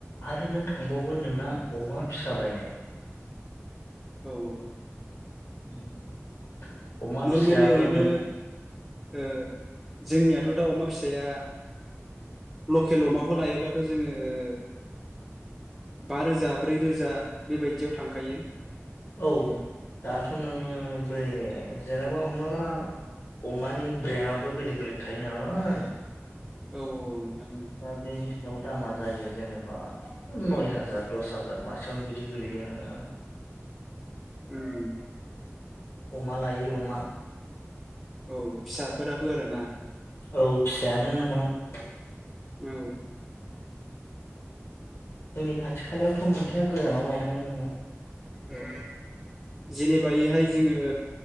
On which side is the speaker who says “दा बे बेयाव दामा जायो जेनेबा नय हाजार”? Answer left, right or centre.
Left